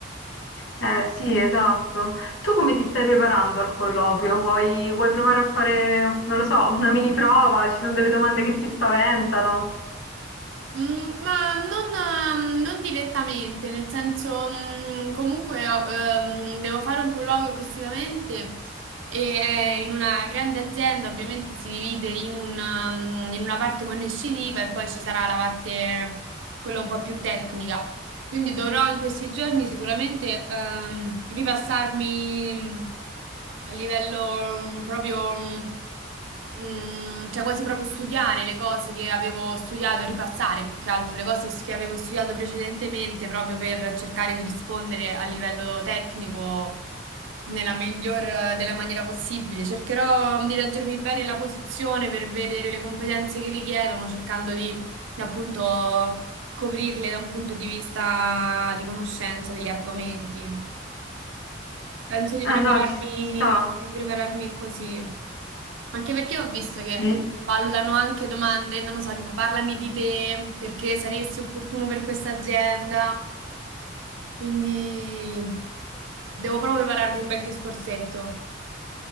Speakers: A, on the left; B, on the right.
A: Eh sì, esatto. Tu come ti stai preparando al colloquio? Vuoi vuoi provare a fare, non lo so, una mini prova? Ci son delle domande che ti spaventano?
B: Mm, ma non, eh, non direttamente, nel senso, mm, comunque ho- ehm, devo fare un colloquio prossimamente e è in una grande azienda, ovviamente si divide in una, mm, in una parte conoscitiva e poi ci sarà la parte, quella un po' più tecnica. Quindi dovrò in questi giorni sicuramente ehm, ripassarmi mm, a livello mm, proprio. mm, Mm, cioè quasi proprio studiare le cose che avevo studiato, ripassare più che altro le cose s- che avevo studiato precedentemente proprio per cercare di rispondere a livello tecnico nella miglior eh, della maniera possibile. Cercherò di leggermi bene la posizione per vedere le competenze che richiedono, cercando di appunto coprirle da un punto di vista di conoscenza degli argomenti. Penso di
A: Eh
B: prepararmi,
A: no, ci sta.
B: di prepararmi così. Anche perché ho visto che
A: Di-
B: valutano anche domande, non lo so, tipo parlami di te, perché saresti opportuno per questa azienda. Quindi devo proprio prepararmi un bel discorsetto.